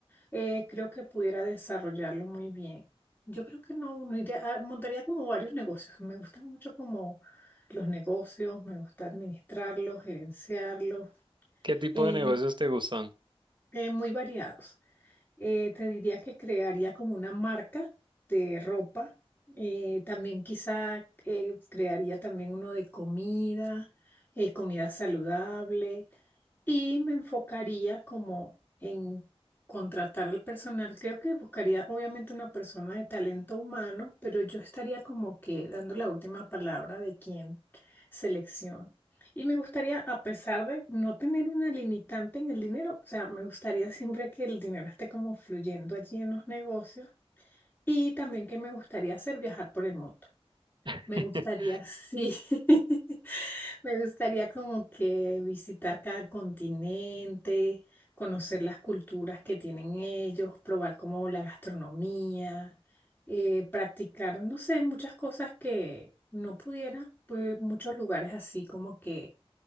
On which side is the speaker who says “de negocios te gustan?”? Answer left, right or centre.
Right